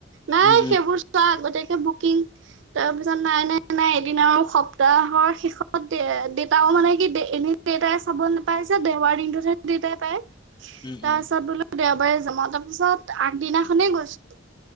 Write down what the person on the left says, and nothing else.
উম,
উম,
উম, উম,